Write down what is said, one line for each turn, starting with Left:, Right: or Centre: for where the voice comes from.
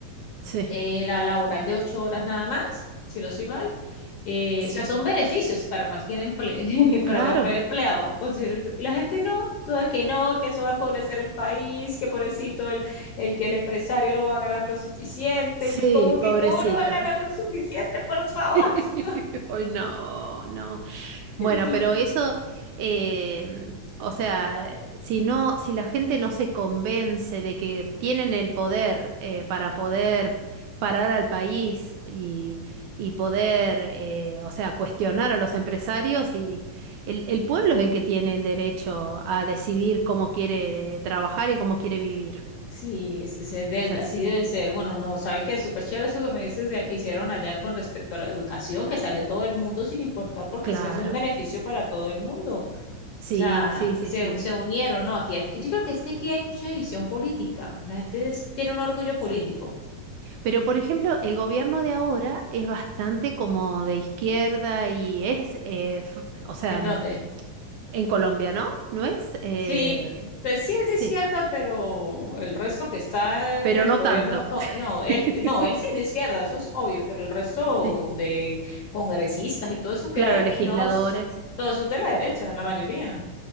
Right: sí,
Left: eh, la laboral de ocho horas nada más, si no soy mal. Eh,
Right: sí.
Left: o sea, son beneficios para cualquier emple- <laughs>
Right: Claro.
Left: para cualquier empleado, considero yo. Y la gente no, toda que no, que eso va a empobrecer el país, que pobrecito el, el que el empresario no va a ganar lo suficiente.
Right: Sí,
Left: Y yo como que,
Right: pobrecito.
Left: ¿cómo no va a ganar lo suficiente, por favor?
Right: <laughs>
Left: <laughs>
Right: Ay, no, no. Bueno,
Left: Entonces,
Right: pero eso, em, o sea, si no, si la gente no se convence de que tienen el poder eh, para poder parar al país y, y poder, eh, o sea, cuestionar a los empresarios y el, el pueblo es el que tiene el derecho a decidir cómo quiere trabajar y cómo quiere vivir.
Left: sí, es que ser del,
Right: Es así.
Left: así debe ser. Bueno, no, ¿sabes qué? Súper chévere eso que me dices de que hicieron allá con respecto a la educación, que salió todo el mundo sin importar, porque
Right: Claro.
Left: es que es un beneficio para todo el mundo.
Right: Sí,
Left: O sea,
Right: sí, sí,
Left: se,
Right: sí,
Left: se unieron, ¿no? Aquí hay- yo creo que es que aquí hay mucha división política. La gente es- tiene un orgullo político.
Right: sí. Pero, por ejemplo, el gobierno de ahora es bastante como de izquierda y es, eh, f- o sea,
Left: ¿En
Right: mm,
Left: dónde?
Right: en Colombia, ¿no? ¿No es? Eh,
Left: Sí, pues sí es
Right: sí,
Left: de izquierda, pero el resto que está
Right: pero
Left: en el
Right: no
Left: gobierno,
Right: tanto.
Left: co-
Right: <laughs>
Left: no, él, no, él sí es de izquierda, eso es obvio, pero el resto
Right: Sí,
Left: de congresistas y todo eso que
Right: claro,
Left: hay aquí,
Right: legisladores,
Left: no, es- todo eso es de la derecha, la mayoría.